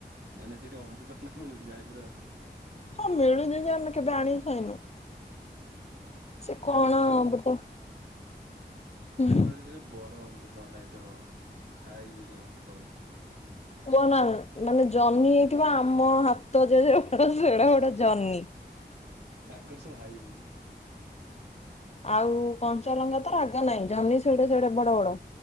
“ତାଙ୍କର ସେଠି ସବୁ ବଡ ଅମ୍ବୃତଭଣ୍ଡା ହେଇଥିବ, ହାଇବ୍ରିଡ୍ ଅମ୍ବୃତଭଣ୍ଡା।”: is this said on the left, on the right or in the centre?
Right